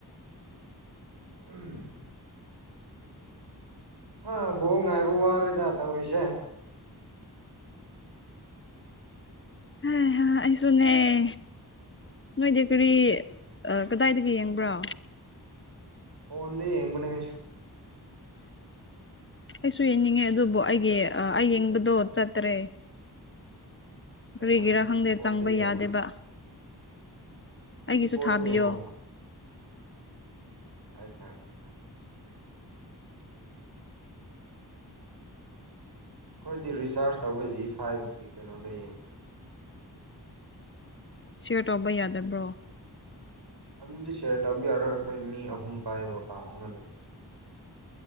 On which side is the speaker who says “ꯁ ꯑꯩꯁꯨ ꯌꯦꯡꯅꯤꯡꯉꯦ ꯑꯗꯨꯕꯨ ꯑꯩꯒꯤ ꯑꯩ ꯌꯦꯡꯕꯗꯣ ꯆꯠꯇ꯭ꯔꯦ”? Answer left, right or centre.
Left